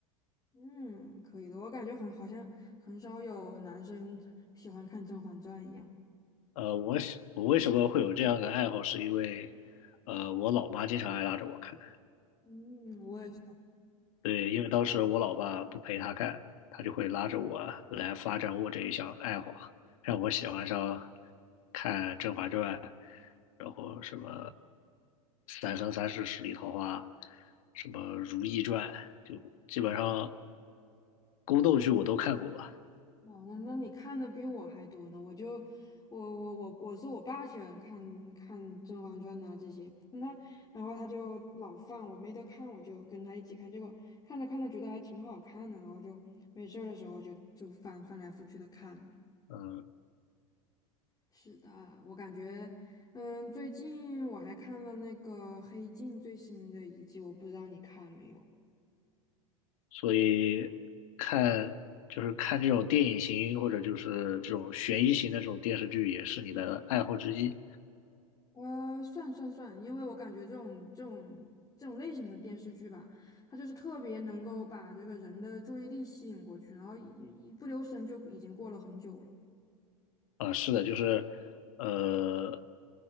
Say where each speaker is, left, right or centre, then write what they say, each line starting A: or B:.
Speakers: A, on the left; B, on the left.
A: 嗯，可以的，我感觉很好像很少有男生喜欢看《甄嬛传》一样。
B: 呃，我喜我为什么会有这样的爱好，是因为呃，我老妈经常爱拉着我看。
A: 嗯，我也。
B: 对，因为当时我老爸不陪他看，他就会拉着我来发展我这一项爱好啊，让我喜欢上看《甄嬛传》，然后什么《三生三世十里桃花》，什么《如懿传》，就基本上宫斗剧我都看过吧。
A: 哇，那那你看的比我还多呢。我就我我我我是我爸喜欢看看《甄嬛传》呐这些，那然后他就老放，我没得看我就跟他一起看，结果看着看着觉得还挺好看的，然后就没事儿的时候就就翻翻来覆去的看。
B: 嗯，
A: 是的，我感觉，嗯，最近我还看了那个《黑镜》最新的一季，我不知道你看没有。
B: 所以看就是看这种电影型或者就是这种悬疑型的这种电视剧，也是你的爱好之一。
A: 呃，算算算，因为我感觉这种这种这种类型的电视剧吧，它就是特别能够把这个人的注意力吸引过去，然后一一不留神就已经过了很久了。
B: 啊，是的，就是，呃，